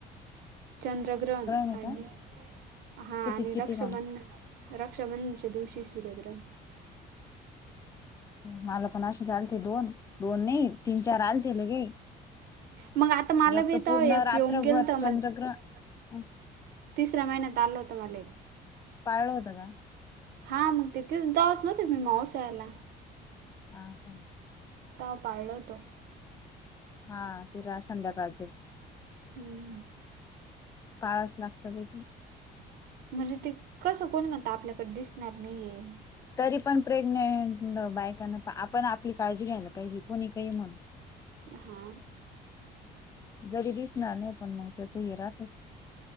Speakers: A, on the right (about 70°); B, on the left (about 20°).
A: चंद्रग्रहण
B: आहे
A: आणि
B: का?
A: हा
B: कितीत
A: आणि
B: किती
A: रक्षाबंध
B: गं?
A: रक्षाबंधनच्या दिवशी सूर्यग्रंथ
B: मला पण असेच आलते दोन दोन नाही तीन चार आलते लगे
A: मग आता मला
B: एक
A: भेतावया
B: तर पूर्ण रात्रभर
A: की येऊन गेल तर
B: चंद्रग्रहण
A: मला तिसरा महिनात आल होत म्हाला.
B: पाळलं होतं का?
A: हां मग तेिथेच दिवस नव्हतेच मी माऊसा्याला
B: हा का
A: त पाळल तो?
B: हा ते रा संध्याकाळचं
A: हम्म
B: पाळस लागत तथे
A: म्हणजे ते कसं कोण मत आपल्याकडे दिसणार नाहीये.
B: तरी पण प्रेग्नेंट बायकांना आपण आपली काळजी घ्यायला पाहिजे कोणी काही म्हणून
A: हा
B: जरी दिसणार नाही पण मग त्याच हे राहतच.